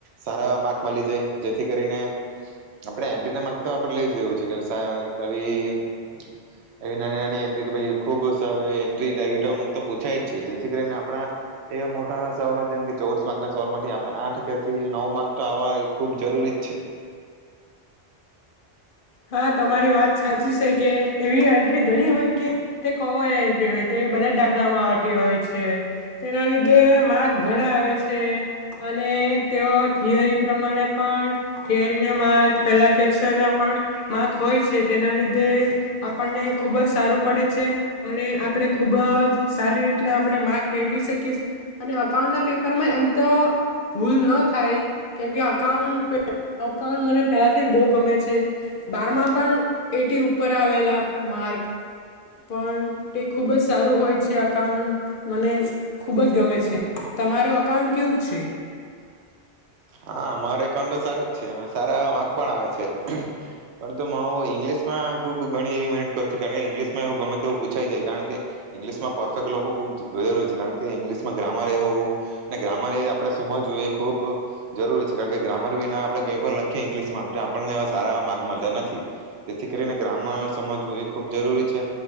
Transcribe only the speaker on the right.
સારા એવા માર્ક મળી જાય જેથી કરીને આપણે એન્ટ્રી ના માર્ક તો આપણે લઈ જ લેવું છ કે એવી નાની નાની એન્ટ્રી કે ખૂબ એન્ટ અમુક તો પૂછાય જ છે જેથી કરીને આપણા, એવા મોટા જેમ કે ચૌવુદ માર્કના સવાલ માંથી આપણે આઠથી નવ માર્ક તો આવવા ખુબ જરૂરી જ છે.
હા, અમારે કનડ સારું જ છે અ સારા માર્ક પણ આવે છે, પરંતુ હું ઇંગ્લિશમાં ખુબ ઘણી એવી મહેનત કરું છું, કારણ કે, ઇંગ્લિશમાં એવું ગમેવું પૂછાય જાય કારણ કે ઇંગ્લિશમાં પરફેક્ટ લોકો ખૂબ જરૂરી છે, કારણ કે ઇંગ્લિશમાં ગ્રામર એ હોવું ને ગ્રામર એ આપણે સમજવું એ ખૂબ જરૂરી છે કારણ કે ગ્રામર વિના આપણે કંઈ પણ લખીએ ઇંગ્લિશમાં આપણને એવા સારા માર્ક મળતા નથી, જેથી, કરીને ગ્રામર સમજવું એ ખૂબ જરૂરી છે,